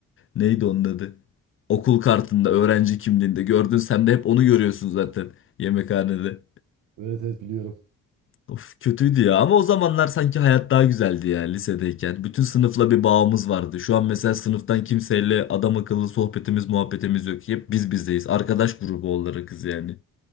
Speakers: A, on the left (about 45°); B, on the right (about 75°).
A: Ee, neydi onun adı? Okul kartında, öğrenci kimliğinde gördün. Sen de hep onu görüyorsun zaten yemekhanede.
B: Evet evet biliyorum.
A: Of, kötüydü ya ama o zamanlar sanki hayat daha güzeldi ya lisedeyken. Bütün sınıfla bir bağımız vardı. Şu an mesela sınıftan kimseyle adam akıllı sohbetimiz muhabbetimiz yok. Hep biz bizdeyiz. Arkadaş grubu olarakız yani.